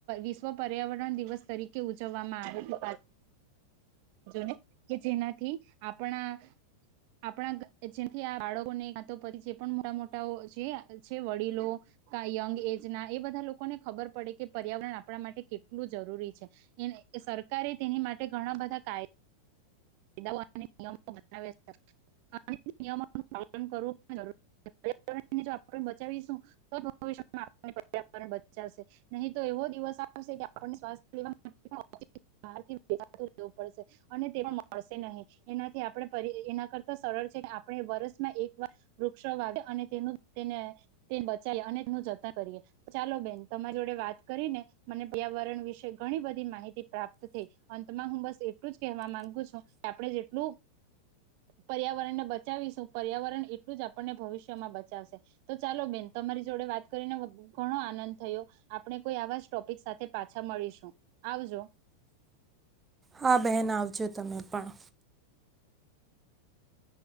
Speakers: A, on the right; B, on the right.
A: વિશ્વ પર્યાવરણ દિવસ તરીકે ઉજવવામાં આવે છે ને કે જેનાથી આપણા આપણા જેથી આ બાળકોને તો પછી જે પણ મોટા મોટા જે છે વડીલો યંગ એજ ના એ બધા લોકોને ખબર પડે કે પર્યાવરણ આપણા માટે કેટલું જરૂરી છે સરકારે તેની માટે ઘણા બધા કા કાયદાઓ અને નિયમો બનાવ્યા છે અને નિયમ ઓ નું પાલન કરવું બો જરૂરી છે પર્યાવરણ ને આપડે બચાવીશું તોજ ભવિષ્ય મા આપણે પરવરણ બચાવશે નહી તો એવો દિવસ આવશે કે આપને શ્વાસ લેવામા <unintelligible> <unintelligible> પડશે અને તે પણ મળશે નહીં એનાથી આપણે ફરી એના કરતા સરળ છે આપણે વરષમાં એક વાર વૃક્ષો વાવી એ અને તેનું તેને બચાવીએ અને તેનું જતન કરીએ ચાલો બેન તમારી જોડે વાત કરીને મને પર્યાવરણ વિશે ઘણી બધી માહિતી પ્રાપ્ત થઈ અંતમાં હું બસ એટલું જ કહેવા માંગુ છું કે આપણે જેટલું પર્યાવરણને બચાવીશું પર્યાવરણ એટલું જ આપણને ભવિષ્યમાં બચાવશે તો ચાલો બેન તમારી જોડે વાત કરીને ઘણો આનંદ થયો આપણે કોઈ આવા જ ટોપિક સાથે પાછા મળીશું આવજો
B: હા બહેન આવજો તમે પણ